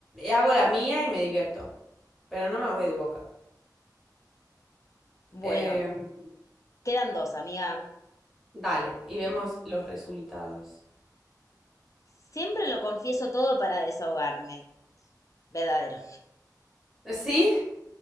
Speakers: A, in the centre; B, on the left.
A: Hago la mía y me divierto. Pero no me voy de boca.
B: Bueno,
A: Eh,
B: quedan dos, amiga.
A: dale, y vemos los resultados.
B: Siempre lo confieso todo para desahogarme. Verdadero.
A: ¿Sí?